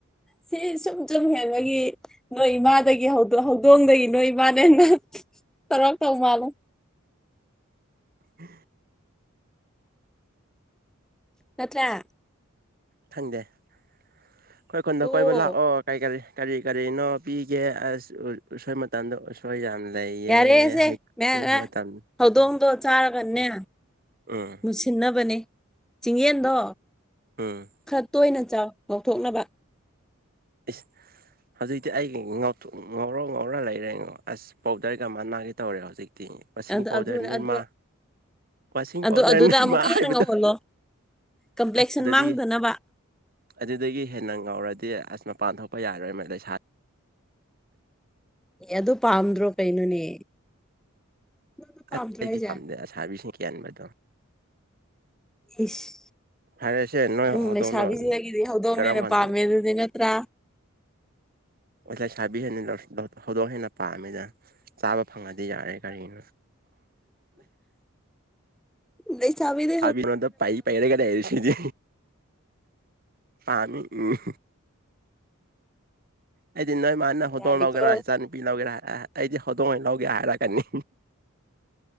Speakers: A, in the centre; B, on the right (about 40°).
A: ꯁꯤ ꯁꯨꯝ ꯁꯨꯝ ꯍꯦꯟꯕꯒꯤ ꯅꯣꯏ ꯏꯃꯥꯗꯒꯤ ꯍꯧ ꯍꯧꯗꯣꯡꯗꯒꯤ ꯅꯣꯏ ꯏꯃꯥꯅ ꯍꯦꯟꯅ ꯇꯧꯔꯛꯇꯧ ꯃꯥꯜꯂꯦ
B: ꯎ
A: ꯅꯠꯇ꯭ꯔ
B: ꯈꯪꯗꯦ ꯑꯩꯈꯣꯏ ꯈꯨꯟꯗ
A: ꯇꯣꯛꯑꯣ
B: ꯀꯣꯏꯕ ꯂꯥꯛꯑꯣ ꯀꯔꯤ ꯀꯔꯤ ꯀꯔꯤ ꯀꯔꯤꯅꯣ ꯄꯤꯒꯦ ꯎꯁꯣꯏ ꯇꯝꯗꯣ ꯑꯁꯣꯏ ꯌꯥꯝꯅ ꯂꯩꯌꯦ
A: ꯌꯥꯔꯦꯁꯦ
B: ꯍꯩꯀꯨ
A: ꯃꯌꯥꯝ
B: ꯃꯇꯝ
A: ꯍꯧꯗꯣꯡꯗꯣ ꯆꯥꯔꯒꯅꯦ
B: ꯎꯝ
A: ꯃꯨꯁꯤꯟꯅꯕꯅꯦ ꯆꯤꯡꯌꯦꯟꯗꯣ
B: ꯎꯝ
A: ꯈꯔ ꯇꯣꯏꯅ ꯆꯥꯎ ꯉꯧꯊꯣꯛꯅꯕ
B: ꯏꯁ ꯍꯧꯖꯤꯛꯇꯤ ꯑꯩ ꯉꯧꯊꯣꯛ ꯉꯧꯔ ꯉꯧꯔ ꯂꯩꯔꯦ ꯑꯁ ꯄꯥꯎꯗꯔꯒ ꯃꯅꯥꯒꯤ ꯇꯧꯔꯦ ꯍꯧꯖꯤꯛꯇꯤ ꯋꯁꯤꯡ
A: ꯑꯗꯨ
B: ꯄꯥꯎꯗꯔ
A: ꯑꯗꯨ
B: ꯅꯤꯔꯃꯥ
A: ꯑꯗꯨ
B: ꯋꯥꯁꯤꯡ
A: ꯑꯗꯨ
B: ꯄꯥꯎꯗꯔ
A: ꯑꯗꯨꯗ
B: ꯅꯤꯃꯥ
A: ꯑꯃꯨꯛꯀ
B: ꯍꯥꯏꯕꯗꯣ
A: ꯍꯦꯟꯅ ꯉꯧꯍꯜꯂꯣ ꯀꯝꯄ꯭ꯂꯦꯛꯁꯟ
B: ꯑꯁ ꯑꯗꯨꯗꯤ
A: ꯃꯥꯡꯗꯅꯕ
B: ꯑꯗꯨꯗꯒꯤ ꯍꯦꯟꯅ ꯉꯧꯔꯗꯤ ꯑꯁ ꯃꯄꯥꯟ ꯊꯣꯛꯄ ꯌꯥꯔꯣꯏ ꯃ ꯂꯩꯁꯥ
A: ꯑꯦ ꯑꯗꯨ ꯄꯥꯝꯗ꯭ꯔꯣ ꯀꯩꯅꯣꯅꯦ ꯑꯗꯨ
B: ꯇꯠ
A: ꯄꯥꯝꯗ꯭ꯔꯣ
B: ꯑꯩꯗꯤ
A: ꯍꯥꯏꯁꯦ
B: ꯄꯥꯝꯗꯦ ꯑꯁꯥꯥꯔꯕꯤꯁꯤꯡ ꯀꯦꯟꯕꯗꯣ
A: ꯏꯁ
B: ꯐꯔꯦꯁꯦ ꯅꯣꯏ
A: ꯅꯪ
B: ꯍꯧꯗꯣꯡꯗꯣ
A: ꯂꯩꯁꯥꯕꯤꯖꯤꯗꯒꯤꯗꯤ ꯍꯧꯗꯣꯡꯅ
B: ꯀꯔꯝ
A: ꯍꯦꯟꯅ
B: ꯀꯥꯟꯗ
A: ꯄꯥꯝꯃꯦ ꯑꯗꯨꯗꯤ ꯅꯠꯇ꯭ꯔꯥ
B: ꯑꯣꯥꯏ ꯂꯩꯁꯥꯕꯤ ꯍꯧꯗꯣꯡ ꯍꯦꯟꯅ ꯄꯥꯝꯃꯦꯗ ꯆꯥꯕ ꯐꯪꯉꯗꯤ ꯌꯥꯔꯦ ꯀꯔꯤꯅꯣ
A: ꯂꯩꯁꯥꯕꯤꯗ
B: ꯑꯕꯤ ꯄꯩ ꯄꯩꯔꯒ ꯂꯩꯔꯤꯁꯤꯗꯤ ꯑꯅꯤ ꯎꯝ ꯑꯩꯗꯤ ꯅꯣꯏ ꯃꯥꯅ
A: ꯕꯦꯔꯥꯅꯤꯀꯣ
B: ꯍꯧꯗꯣꯡ ꯂꯧꯒꯦꯔꯥ ꯏꯆꯥꯅꯨꯄꯤ ꯂꯧꯒꯦꯔꯥ ꯑꯩꯗꯤ ꯍꯧꯗꯣꯡꯩ ꯂꯧꯒꯦ ꯍꯥꯏꯔꯛꯀꯅꯤ